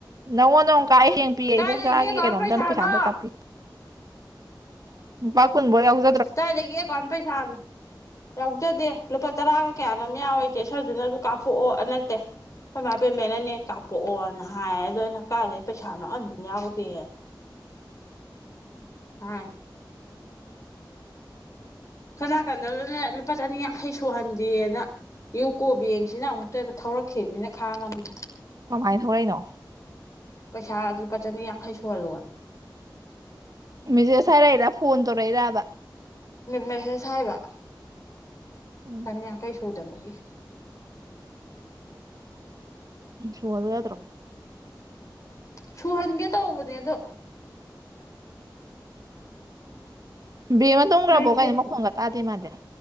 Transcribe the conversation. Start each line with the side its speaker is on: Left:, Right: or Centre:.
Right: ꯅꯉ‌ꯣꯟꯗ ꯑꯃꯨꯛ ꯀꯥꯏ ꯍꯡ ꯄꯌꯦ
Left: ꯀꯥꯏꯗꯒꯤ
Right: ꯏꯕꯣꯛ ꯆꯆꯥꯒꯤ
Left: ꯑꯦꯀꯥꯎꯟ
Right: ꯀꯩꯅꯣꯝꯇꯪ
Left: ꯄꯩꯁꯥꯅꯣ
Right: ꯄꯩꯁꯥ ꯑꯝꯇ ꯀꯥꯞꯄꯤ ꯂꯨꯄꯥ ꯀꯨꯟꯕꯧ ꯋꯥꯎꯖ
Left: ꯇꯏꯖꯒꯤ ꯑ‌ꯦꯀꯥꯎꯟ ꯄꯩꯁꯥꯅ‌ꯣ ꯌꯥꯎꯖꯗꯦ ꯂꯨꯄꯥ ꯇꯔꯥꯒ ꯀꯌꯥꯅꯣꯝ ꯌꯥꯎꯋꯦ ꯆꯦ ꯁꯔꯗꯨꯅꯁꯨ ꯀꯥꯞꯄꯣꯛꯑꯣ ꯅꯠꯇꯦ ꯍꯣꯏ ꯃꯥ ꯄꯦꯃꯦꯟꯅ ꯅꯦꯛ ꯀꯥꯞꯄꯣꯛꯑꯣꯅ ꯍꯥꯏꯌꯦ ꯑꯗꯣ ꯑꯩꯅ ꯀꯥꯏꯗꯩ ꯄꯩꯁꯥꯅꯣ ꯑꯝꯝ ꯌꯥꯎꯗꯦ
Right: <inaudible>
Left: ꯍꯥ ꯀꯅꯥꯀꯟꯗꯗꯅꯦ ꯂꯨꯄꯥ ꯆꯅꯤ ꯌꯥꯡꯈꯩ ꯁꯨꯍꯟꯗꯦꯅ ꯀꯣꯕꯦꯡꯁꯤꯅ ꯑꯃꯨꯛꯇꯕ ꯊꯧꯔꯛꯈꯤꯕꯅꯤꯅ ꯈꯥꯡ ꯉꯝꯗꯦ
Right: ꯀꯃꯥꯏꯅ ꯊꯧꯔꯛꯏꯅꯣ
Left: ꯄꯩꯁꯥ ꯂꯨꯄꯥ ꯆꯅꯤ ꯌꯥꯡꯈꯩ ꯁꯨꯍꯜꯂꯣꯅ
Right: ꯃꯦꯁꯦꯖ ꯍꯥꯏꯔꯛꯏꯔꯥ ꯐꯣꯟ ꯇꯧꯔꯛꯏꯔꯕ
Left: ꯃꯦꯁꯦꯁ ꯍꯥꯏꯕ
Right: ꯎꯝ
Left: ꯆꯅꯤꯌꯥꯡꯈꯩ ꯁꯨꯗꯕꯒꯤ
Right: ꯁꯨꯍꯜꯂꯨ ꯌꯥꯗ꯭ꯔꯣ
Left: ꯁꯨꯍꯟꯒꯦ ꯇꯧꯕꯅꯦ ꯑꯗꯣ
Right: ꯕꯦꯡ ꯑꯃ ꯇꯣꯡꯈ꯭ꯔꯕꯣ
Left: ꯂꯩꯇꯦ
Right: ꯀꯥꯏꯅ ꯃꯈꯣꯡꯒ ꯇꯥꯗꯦ ꯃꯥꯗꯤ